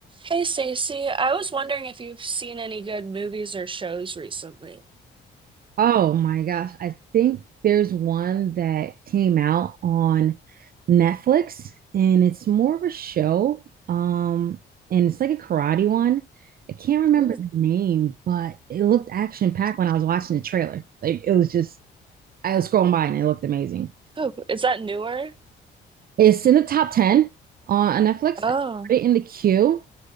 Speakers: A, on the right (about 25°); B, on the right (about 50°).
A: Hey Stacey, I was wondering if you've seen any good movies or shows recently.
B: Oh my gosh. I think there's one that came out on Netflix and it's more of a show. Um, and it's like a karate one. I can't remember
A: Ooh,
B: the name, but it looked action packed when I was watching the trailer. Like it was just, I was scrolling by and it looked amazing.
A: Oh, is that newer?
B: It's in the top 10 on Netflix.
A: Oh,
B: I put it in the queue.